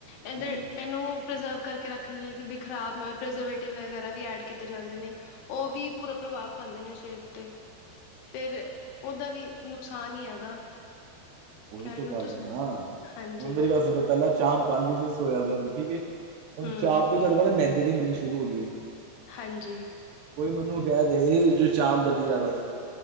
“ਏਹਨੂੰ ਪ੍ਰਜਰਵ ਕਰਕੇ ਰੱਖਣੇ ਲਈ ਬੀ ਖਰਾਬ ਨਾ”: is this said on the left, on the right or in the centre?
Left